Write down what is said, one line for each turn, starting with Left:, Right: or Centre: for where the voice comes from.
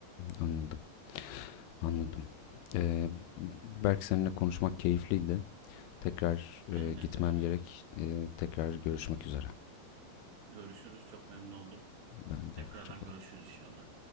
Left: Anladım, anladım. Ee, Berk seninle konuşmak keyifliydi. Tekrar
Right: Seninle
Left: e, gitmem
Right: de öyle.
Left: gerek. Ee, tekrar görüşmek üzere.
Right: Görüşürüz. Çok memnun oldum.
Left: Ben de
Right: Tekrardan
Left: hoşçakal.
Right: görüşürüz inşallah.